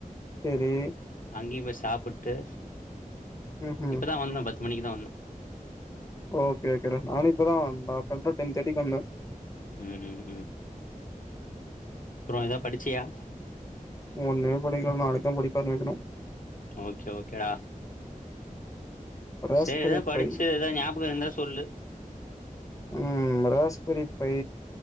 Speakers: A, on the left (about 25°); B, on the left (about 65°).
A: செரி
B: அங்கியு போய் சாப்புட்டு
A: ம் ம்
B: இப்பதா வந்தோ பத்து மணிக்கு தா வந்தோ
A: ஓகே ஓகேடா நானு இப்பதா <unintelligible> டென் தேர்ட்டிக்கு வந்தே
B: ம் ம் ம் அப்புறோ ஏதா படிச்சியா
A: ஒண்ணுமே படிக்கல நாளைக்கு தா படிக்க ஆரம்பிக்கணு
B: ஓகே ஓகேடா
A: ராஸ்பெரி
B: செர் ஏதாது படிச்சு
A: பை
B: ஏதாவது ஞாபகோ இருந்தா சொல்லு
A: ம் ராஸ்பரி பை